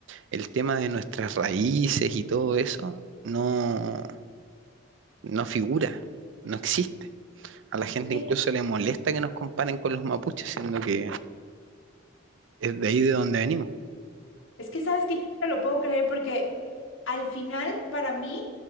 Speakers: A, on the right; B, on the left.
A: el tema de nuestras raíces y todo eso no, no figura, no existe. A la gente
B: Sí,
A: incluso le molesta que nos comparen con los mapuches, siendo que es de ahí de donde venimos.
B: es que sabes que yo no te lo puedo creer porque al final para mí